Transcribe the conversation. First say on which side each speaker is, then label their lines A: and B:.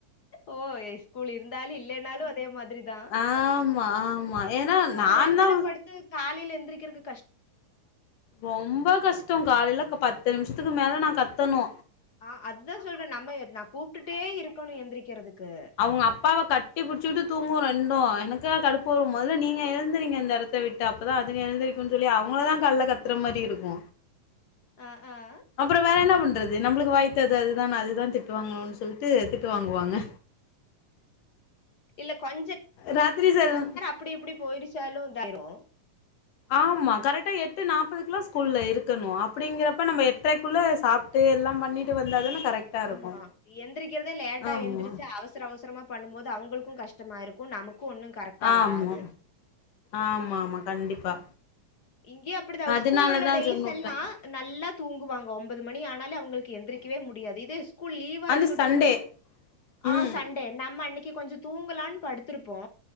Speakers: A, on the left; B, on the left.
A: ஓ எஸ் ஸ்கூல் இருந்தாலு இல்லேன்னாலு அதே மாதிரி தா
B: ஆமா ஆமா ஏன்னா
A: இன்னு
B: நான்தா
A: அந்நேரத்துல படுத்து காலேல எந்திரிக்கர்க்கு
B: ரொம்ப கஷ்டோ காலேல க பத்து நிமிஷத்துக்கு மேல நா கத்தனு
A: ஆ அததா சொல்றே நம்ம நா கூப்டுட்டே இருக்கணு எந்திரிக்கிறதுக்கு
B: அவங்க அப்பாவ கட்டி பிடிச்சிகிட்டு தூங்கு ரெண்டு எனக்குதா கடுப்பு வரு மொதல்ல நீங்க எழுந்துறீங்க இந்த எடத் த விட்டு அப்பதா அதுங்க எழுந்திருக்கும்னு சொல்லி அவங்களதா கால்ல கத்துற மாரி இருக்கு
A: ஆ ஆ
B: அப்பறோ வேற என்ன பண்றது நம்மளுக்கு வாய்த்தது அதுதான அதுதா திட்டு வாங்கணுன்னு சொல்லிட்டு திட்டு வாங்குவாங்க
A: இல்ல கொஞ்ச
B: ராத்திரி செல்லு
A: இப்டி இப்டி போயிருச்சாலு இதாயிரு
B: ஆமா கரெக்டா எட்டு நாப்பதுக்குல்லா ஸ்கூல்ல இருக்கணு அப்டிங்கிறப்ப நம்ம எட்ரைக்குள்ள சாப் ட்டு எல்லா பண்ணிட்டு வந்த தான கரெக்டா இருக்கு
A: ஆமா எந்திரிக்கிறதே லேட்டா
B: ஆமா
A: எந்திரிச்சி அவசர அவசரமா பண்ணும் போது அவங்களுக்கு கஷ்டமா இருக்கு நமக்கு ஒன்னு கரெக்டா
B: ஆமா
A: வராது
B: ஆமா ஆமா கண்டிப்பா
A: இங்கயு அப்டிதா
B: அதனாலதா
A: ஸ்கூல் உள்ள டேஸ்
B: சொன்ன வுட்டே
A: எல்லா நல்லா தூங்குவாங்கோ ஒம்பது மணி ஆனாலு அவங்களுக்கு எந்திரிக்கவே முடியாது இதே ஸ்கூல் லீவா
B: அந்த
A: இருக்கட்டு
B: சண்டே ம்
A: ஆ சண் டே நம்ம அன்னக்கி கொஞ்சோ தூங்கலான்னு படுத்திருப்போ